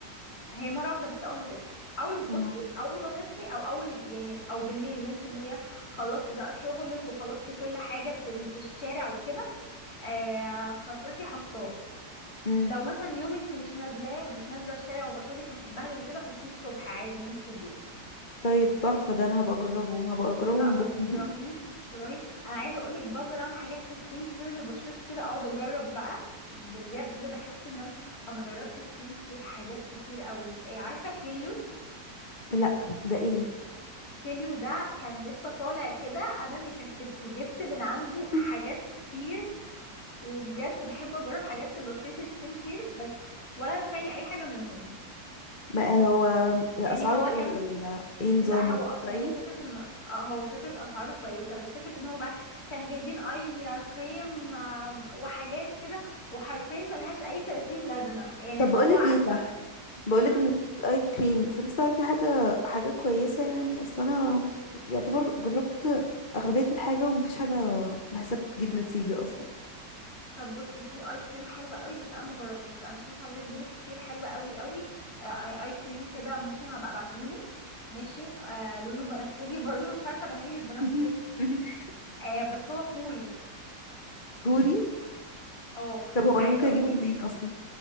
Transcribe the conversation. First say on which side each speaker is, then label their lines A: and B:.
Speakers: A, on the left (about 55°); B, on the left (about 30°).
A: هي مره واحده بس اول ما تصحي اول
B: اه
A: بصي اول ما تصحي او اول يعني او بالليل وانت اللي هي خلصتي بقى شغلك وخلصتي كل حاجه في ال- في الشارع وكده آه فتروحي حطاه
B: امم
A: لو مثلا يوم انت مش نازلاه مش نازله الشارع وبشرتك هتتبهدل وكده حطيه الصبح عادي وانت في البيت
B: طيب تحفة ده انا هبقى اجربه هبقى اجربه
A: لا
B: من بكرة
A: رهيب
B: <laughs>
A: رهيب انا عايزه اقولك بفضل اعمل حاجات لسكين كير لبشرتي كده اقعد اجرب بقى بجد بحس ان انا انا جربت سكين كير حاجات كتير قوي إيه، عارفه كيليو
B: لا ده ايه
A: كيليو ده كان لسه طالع كده انا اللي كسبته جبت من عنده
B: <laughs>
A: حاجات كتير وبجد بحب اجرب حاجات لبشرتي سكين كير بس ولا نفاني اي حاجه منهم
B: ما هو اسعاره
A: يعني هو
B: ايه
A: كان
B: ولا ايه نظامه
A: لا هو
B: كويس
A: هي فكرة ان آه، هو فكرة اسعاره كويسة بس فكرة ان هو بقى كان جايبين اي كريم آم، وحاجات كده وحرفيا ملهاش اي 30 لازمة يعني
B: طب بقولك
A: هو عارفة
B: ايه صح بقولك
A: امم
B: بالنسبة للاي كريم فانت تعرفي حاجة حاجة كويسة يعني اصل انا يعتبر جربت اغلبية الحاجة ومفيش حاجة بحسها بتجيب نتيجة اصلا
A: طب بصي في اي كريم حلوة قوي بس انا ما جربتوش انا شايفة عليه ريفيوز كتير حلوة قوي قوي آه، آه، اي كريم كده ممكن هبقى ابعتهولك ماشي آه لونه بنفسجي برضو مش عارفة لما ليه بالبنفسجي
B: <laughs>
A: آه بس هو كوري
B: كوري
A: اه
B: طب هو
A: عايزة
B: انا ممكن اجيبه
A: اقولك
B: منين اصلا